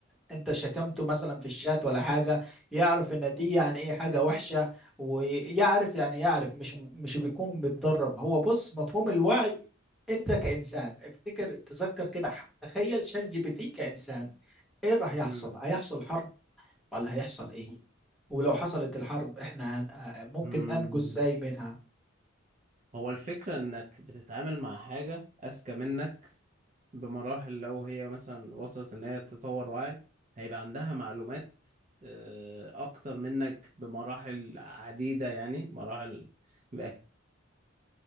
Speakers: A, in the centre; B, on the right.
A: انت شتمته مثلا في الشات ولا حاجة يعرف ان دي يعني ايه حاجة وحشة ويعرف يعني يعرف مش مش بيكون متدرب هو بص مفهوم الوعي انت كإنسان افتكر تذكر كده ح- تخيل شات جي بي تي كإنسان ايه راح يحصل
B: امم
A: هيحصل حرب ولا هيحصل ايه ولو حصلت الحرب احنا هن... آه، ممكن
B: أمم.
A: ننجو ازاي منها
B: هو الفكره انك بتتعامل مع حاجه اذكى منك بمراحل لو هي مثلا وصلت ان هي تطور وعي هيبقى عندها معلومات آه، اكتر منك بمراحل عديده يعني مراحل <laughs>